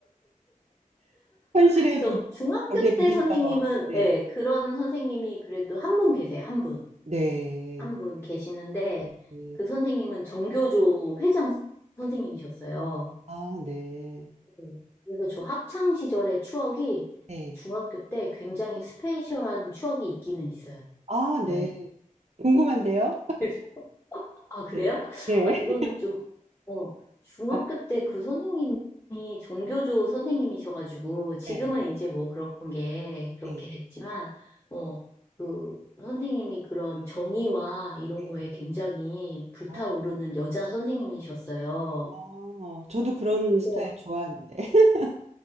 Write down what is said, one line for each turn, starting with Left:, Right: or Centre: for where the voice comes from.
Right: 현실에
Left: 저
Right: 부,
Left: 중학교
Right: 벽에 부딪혀서.
Left: 때 선생님은
Right: 네.
Left: 네, 그런 선생님이 그래도 한 분 계세요. 한 분.
Right: 네.
Left: 한 분 계시는데
Right: 네. 네.
Left: 그 선생님은 정교조 회장 선생님이셨어요.
Right: 아, 네.
Left: 네. 그래서 저 학창 시절의 추억이
Right: 네.
Left: 중학교 때 굉장히 스페셜한 추억이 있기는 있어요.
Right: 아,
Left: 네.
Right: 네. 궁금한데요?
Left: 그래서 아, 그래요?
Right: 네. 네.
Left: 아, 이거는
Right: <laughs>
Left: 좀, 어, 중학교
Right: 아,
Left: 때 그 선생님이 정교조 선생님이셔가지고 지금은
Right: 네.
Left: 이제 뭐 그런 게 그렇게
Right: 네.
Left: 됐지만 어, 그 선생님이 그런 정의와 이런
Right: 네.
Left: 거에 굉장히 불타오르는
Right: 아,
Left: 여자 선생님이셨어요.
Right: 아, 저도 그런
Left: 근데
Right: 스타일 좋아하는데. <laughs>